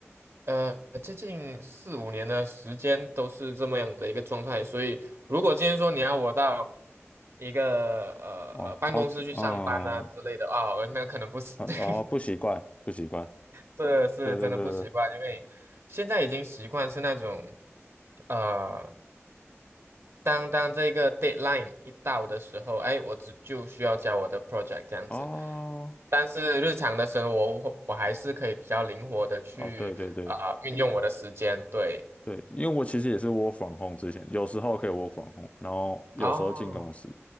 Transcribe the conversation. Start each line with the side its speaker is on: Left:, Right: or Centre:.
Right: 呃接近四五年的时间都是这么样的一个状态，所以如果今天说你要我到一个呃呃办公室去上班啊之类的啊、
Left: 哦，超级嗯
Right: 那可能不是。
Left: 嗯哦，
Right: <laughs>
Left: 不习惯不习惯，
Right: 这是真的不习惯，
Left: 对对对对，
Right: 因为现在已经习惯是那种，呃，当当这个 deadline 一到的时候，哎，我只就需要交我的 project 这样子。
Left: 哦。
Right: 但是日常的生活，我我还是可以比较灵活的去啊运用我的时间。
Left: 哦，对对对
Right: 对，
Left: 对，因为我其实也是 work f r 之前，有时候可以 work f r 然后有时候进公司，
Right: 哦，